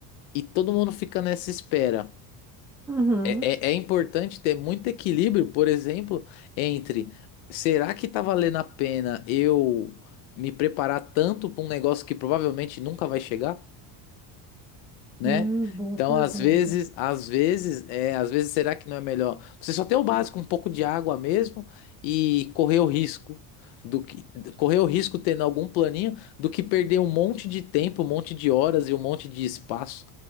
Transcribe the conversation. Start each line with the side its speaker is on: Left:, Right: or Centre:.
Left: e todo mundo fica nessa espera.
Centre: Uhum.
Left: É, é, é importante ter muito equilíbrio, por exemplo, entre será que tá valendo a pena eu me preparar tanto para um negócio que provavelmente nunca vai chegar? né?
Centre: Hum, boa
Left: Então,
Centre: pergunta.
Left: às vezes, às vezes, é, às vezes, será que não é melhor você só ter o básico, um pouco de água mesmo e correr o risco do que correr o risco tendo algum planinho do que perder um monte de tempo, um monte de horas e um monte de espaço